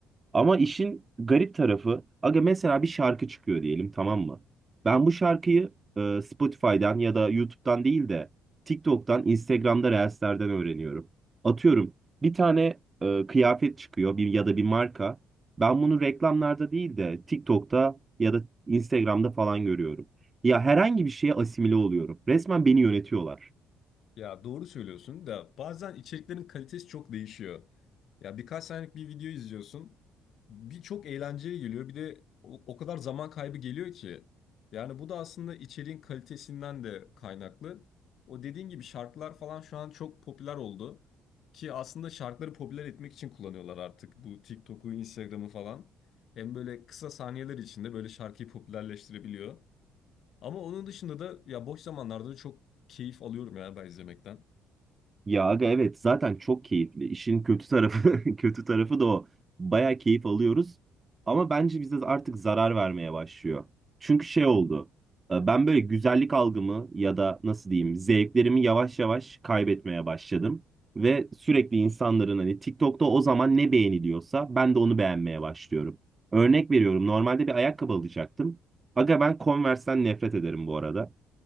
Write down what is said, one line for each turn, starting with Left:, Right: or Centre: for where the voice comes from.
Right: Ama işin garip tarafı, aga mesela bir şarkı çıkıyor diyelim tamam mı? Ben bu şarkıyı e, Spotify'dan ya da YouTube'dan değil de TikTok'tan, Instagram'da Reels'lerden öğreniyorum. Atıyorum bir tane e, kıyafet çıkıyor bir ya da bir marka. Ben bunu reklamlarda değil de TikTok'ta ya da Instagram'da falan görüyorum. Ya herhangi bir şeye asimile oluyorum. Resmen beni yönetiyorlar.
Left: Ya doğru söylüyorsun da bazen içeriklerin kalitesi çok değişiyor. Ya birkaç saniyelik bir video izliyorsun. Bir çok eğlenceli geliyor bir de o, o kadar zaman kaybı geliyor ki. Yani bu da aslında içeriğin kalitesinden de kaynaklı. O dediğin gibi şarkılar falan şu an çok popüler oldu. Ki aslında şarkıları popüler etmek için kullanıyorlar artık bu TikTok'u, Instagram'ı falan. Hem böyle kısa saniyeler içinde böyle şarkıyı popülerleştirebiliyor. Ama onun dışında da ya boş zamanlarda da çok keyif alıyorum ya ben izlemekten.
Right: Ya aga evet zaten çok keyifli. İşin kötü tarafı <laughs> kötü tarafı da o. Baya keyif alıyoruz. Ama bence bize artık zarar vermeye başlıyor. Çünkü şey oldu. e, Ben böyle güzellik algımı ya da nasıl diyeyim zevklerimi yavaş yavaş kaybetmeye başladım. Ve sürekli insanların hani TikTok'ta o zaman ne beğeniliyorsa ben de onu beğenmeye başlıyorum. Örnek veriyorum normalde bir ayakkabı alacaktım. Aga ben Converse'ten nefret ederim bu arada.